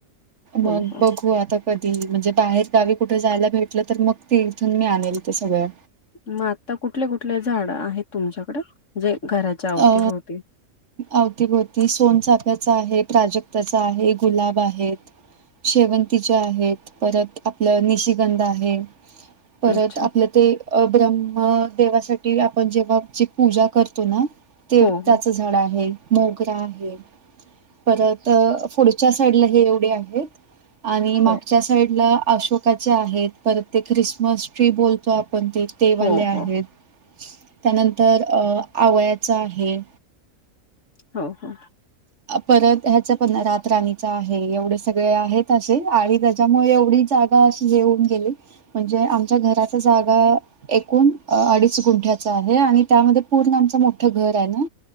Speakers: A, on the left; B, on the right.
A: हो
B: मग
A: हो
B: बघू आता कधी म्हणजे बाहेर गावी कुठे जायला भेटलं तर मग ते इथून मी आलेल ते सगळं
A: मग आता कुठले कुठले झाड आहेत तुमच्याकडे जे घराच्या अवतीभोवती
B: अ अवतीभोवती सोनचाफ्याचा आहे प्राजक्ताचा आहे गुलाब आहेत शेवंतीच्या आहेत परत आपलं निशिगंध आहे परत
A: अच्छा
B: आपलं ते ब्रह्म देेवासाठी आपण जेव्हा जी पूजा करतो ना ते
A: हो हो
B: त्याच झाड आहे मोगरा आहे परत पुढच्या साड हे एवढे आहेत आणि मागच्या
A: हो
B: साईड ला अशोक का आहेत परत ते ख्रिसमस ट्री बोलतो आपण ते तेवाले
A: हो
B: आहेत
A: हो
B: त्यानंतर अ आवयाचा आहे
A: हो हो
B: परत ह्याच पण रात राणीच आहे एवढे सगळे आहेत असे आणि त्याच्यामुळे एवढी जाग अशीेऊन गेली म्हणजे आमच्या घराच्या जागा एकूण अडीच गुंठ्याच आहे आणि त्यामध्ये पूर्ण आमचं मोठं घर आहे ना